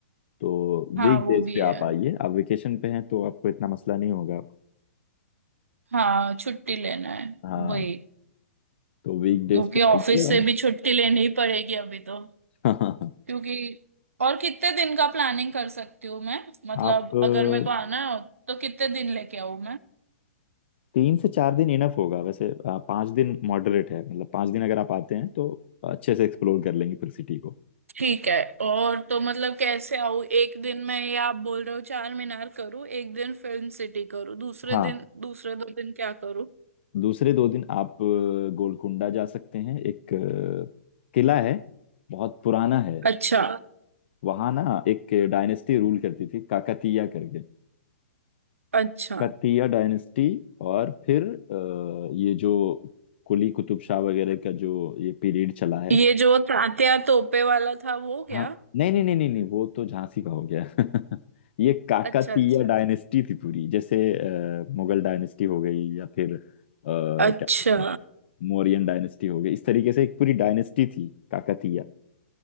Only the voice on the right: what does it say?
हाँ
वो भी
है
हाँ छुट्टी लेना है
वही
क्योंकि
ऑफिस
से
भी छुट्टी लेनी ही पड़ेगी अभी तो
क्योंकि और कितने दिन का प्लानिंग कर सकती हूँ मैं मतलब
अगर मेरे को आना हो तो कितने दिन लेके आऊँ
ठीक है और तो मतलब कैसे आऊँ एक दिन मैं ये आप बोल रहे हो चार मीनार करूँ एक दिन फिल्म सिटी करूँ दूसरे
दिन दूसरे दो दिन क्या करूँ
अच्छा
अच्छा
ये जो तात्या तोपे वाला था वो क्या
अच्छा अच्छा अच्छा
अच्छा